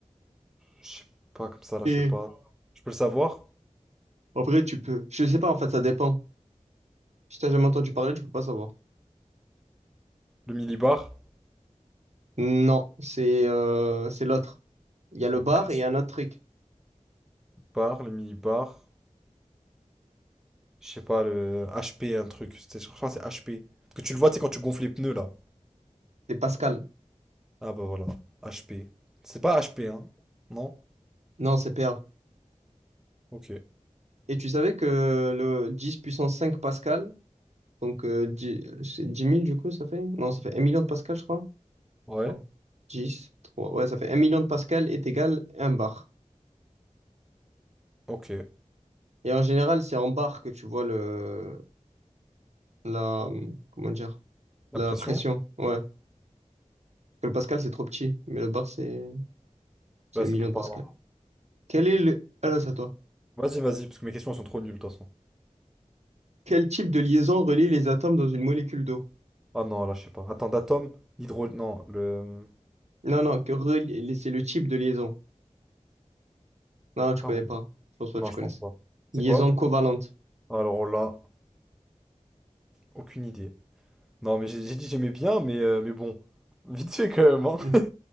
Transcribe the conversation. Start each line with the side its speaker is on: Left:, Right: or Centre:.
Centre: Je sais pas, comme ça là,
Right: Et
Centre: je sais pas. Je peux le savoir?
Right: en vrai, tu peux. Je sais pas, en fait, ça dépend. Si t'as jamais entendu parler, tu peux pas savoir.
Centre: Le millibar?
Right: Non, c'est euh, c'est l'autre. Il y a le
Centre: La
Right: bar
Centre: pression
Right: et il y a un autre truc.
Centre: par, le millibar. Je sais pas, le HP, un truc. C'était- Je crois que c'est HP. Parce que tu le vois, tu sais, quand tu gonfles les pneus là.
Right: C'est Pascal.
Centre: Ah bah voilà. HP. C'est pas HP, hein? Non?
Right: Non, c'est PA.
Centre: Ok.
Right: Et tu savais que le 10 puissance 5 Pascal, Donc, euh, dix- c'est dix mille du coup, ça fait? Non, ça fait un million de pascal, je crois.
Centre: Ouais.
Right: Non. dix trois Ouais, ça fait un million de pascal est égal à un bar.
Centre: Ok.
Right: Et en général, c'est en bar que tu vois le, la, comment dire,
Centre: La
Right: la
Centre: pression?
Right: pression. Ouais. que le pascal, c'est trop petit, mais le bar, c'est, c'est
Centre: Là,
Right: 1
Centre: c'est
Right: million
Centre: plus
Right: de
Centre: parlant.
Right: pascal. Quel est le, alors, c'est à toi.
Centre: Vas-y, vas-y, parce que mes questions elles sont trop nulles de toute façon.
Right: Quel type de liaison relie les atomes dans une molécule d'eau?
Centre: Ah non, là, je sais pas. Attends, d'atome, l'hydro... Non, le...
Right: Non, non, que relie- c'est le type de liaison. Non, tu
Centre: Pas
Right: connais
Centre: moi.
Right: pas. Je pense pas
Centre: Non,
Right: que tu
Centre: je
Right: connaisses.
Centre: pense pas. C'est
Right: Liaison
Centre: quoi?
Right: covalente.
Centre: Alors là, aucune idée. Non, mais j'ai j'ai dit j'aimais bien, mais, euh, mais bon. Vite fait quand même, hein.
Right: Mhm.
Centre: <laughs>